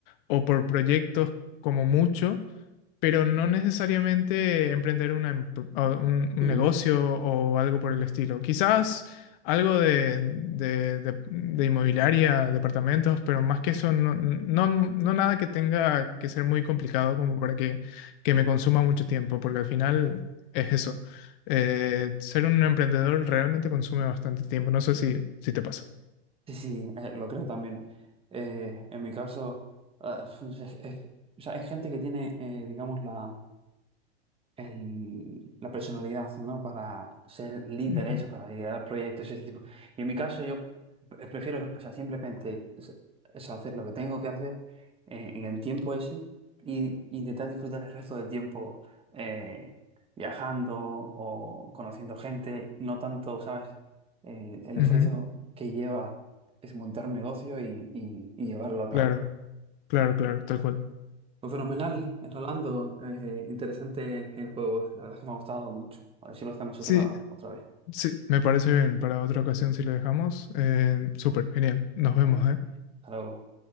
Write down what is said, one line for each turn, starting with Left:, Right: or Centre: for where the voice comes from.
Left: o por proyectos como mucho, pero no necesariamente emprender una empr- a- un, un
Right: Mm,
Left: negocio o algo por el estilo. Quizás algo de, de- de- de inmobiliaria, departamentos, pero más que eso, no, no, no nada que tenga que ser muy complicado como para que que me consuma mucho tiempo, porque al final es eso. Eh, ser un emprendedor realmente consume bastante tiempo. No sé si, si te pasa.
Right: Sí, sí, eh, lo creo también. Eh, en mi caso, ah, <laughs> es- es- o sea, hay gente que tiene, eh, digamos, la... el- la personalidad, ¿no? Para ser líderes,
Left: Ujú,
Right: para liderar proyectos, ese tipo. Y en mi caso, yo pre- prefiero, o sea, simplemente es- es hacer lo que tengo que hacer eh, en el tiempo ese y intentar disfrutar el resto del tiempo eh, viajando o conociendo gente, no tanto, ¿sabes? Eh, el esfuerzo
Left: ujú,
Right: que lleva es montar un negocio y, y- y llevarlo a cabo.
Left: Claro, claro, claro, tal cual.
Right: Pues fenomenal, eh, Rolando. Eh, interesante el juego. La verdad es que me ha gustado mucho. A ver si lo hacemos
Left: Sí,
Right: otra, otra vez.
Left: sí, me parece bien. Para otra ocasión, si lo dejamos, eh, súper, genial. Nos vemos,
Right: Eh,
Left: ¿eh?
Right: hasta luego.